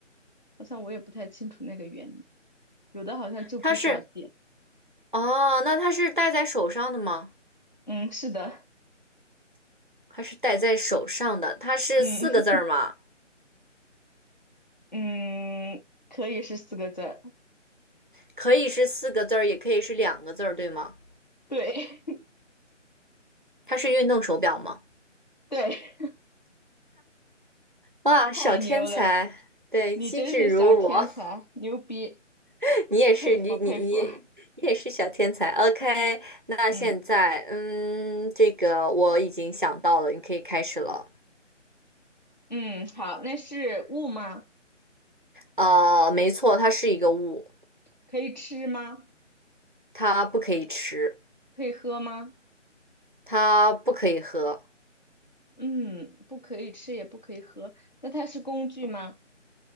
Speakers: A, on the left (about 35°); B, on the right (about 45°).
A: 好像我也不太清楚那个原理，有的好像就不需要电，
B: 它是哦，那它是戴在手上的吗？
A: 嗯，是的，
B: 它是戴在手上的，它是四个字儿吗？
A: 嗯 <laughs> 嗯，可以是四个字儿
B: 可以是四个字儿，也可以是两个字儿，对吗？
A: 对
B: 它是运动手表吗？
A: <laughs> 对，
B: 哇，
A: 太牛了，
B: 小天才，对，
A: 你真是小天才，
B: 机智如我，
A: 牛逼，
B: <laughs> 你也是，
A: 佩服佩服，
B: 你你你你也是小天才。OK，那现在，
A: 嗯
B: 嗯，这个我已经想到了，你可以开始了。
A: 嗯，好，那是物吗？
B: 呃，没错，它是一个物，
A: 可以吃吗？
B: 它不可以吃，
A: 可以喝吗？
B: 它不可以喝。
A: 嗯，不可以吃，也不可以喝。那它是工具吗？